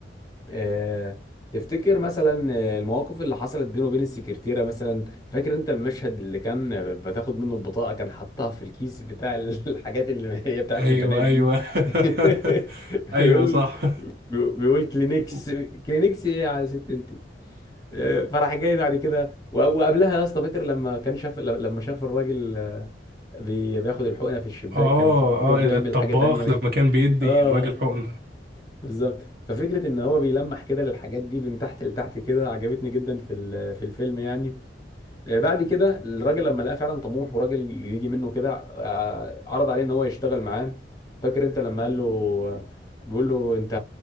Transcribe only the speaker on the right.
ايوه
ايوه
<laughs> ايوه
صح
<laughs>
اه
اه الطباخ
لما كان بيدي
الراجل حقنة